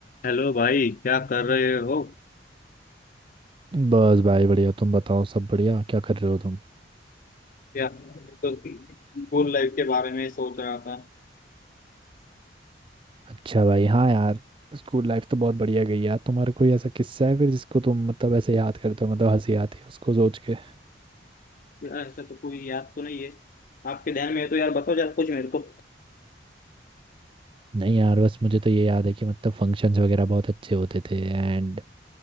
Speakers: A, on the left; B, on the right.
A: Hello भाई क्या कर रहे हो
B: बस भाई बढ़िया तुम बताओ सब बढ़िया क्या कर रहे हो तुम
A: यार मैं तो स्कूल लाइफ के बारे में सोच रहा था
B: अच्छा भाई हाँ यार स्कूल लाइफ तो बहुत बढ़िया गई यार तुम्हारा कोई ऐसा किस्सा है फिर जिसको तुम मतलब ऐसे याद करते हो मतलब हंसी आती है उसको सोच के
A: यार ऐसा तो कोई याद तो नहीं है आपके ध्यान में है तो यार बताओ जरा कुछ मेरे को
B: नहीं यार बस मुझे तो ये याद है कि मतलब फंक्शंस वगैरह बहुत अच्छे होते थे एंड